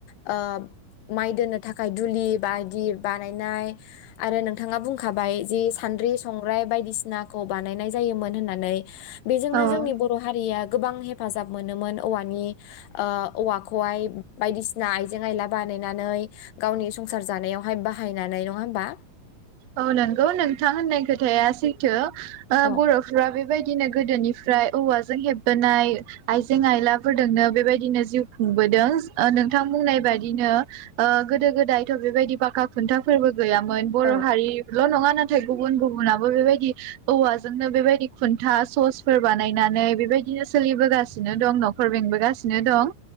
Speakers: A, on the left (about 85°); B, on the right (about 65°).
A: ओ माइ दोननो थाखाय धुलि बायदि बानायनाय आरो नोंथाङा बुंखाबाय जि सान्द्रि संग्राय बायदिसिनाखौ बानायनाय जायोमोन होननानै बेजोंनो
B: औ
A: जोंनि हारिया गोबां हेफाजाब मोनोमोन औवानि ओ औवाखौहाय बायदिसिना आइजें-आइला बानायनानै गावनि संसार जानायावहाय बाहायनानै नङा होमबा?
B: औ नंगौ नोंथां होननाय खोथाया सैथो। ओ
A: औ
B: बर'फोरा बे बेबायदिनो गोदोनिफ्राय औवाजों हेबबोनाय आइजें-आइलाफोरदोंनो बेबायदिनो जिउ खुंबोदों ओ नोंथां बुंनाय बादिनो ओ गोदो गोदायथ' बेबायदि फाखा खुन्था फोरबो गैयामोन बर'
A: औ
B: ल नङा नाथाय गुबुन गुबुनाबो बेबायदि औवाजोंनो बेबायदि खुन्था ससफोर बानायनानै बेबायदिनो सोलिबोगासिनो दं न'खर बेंबोगासिनो दं।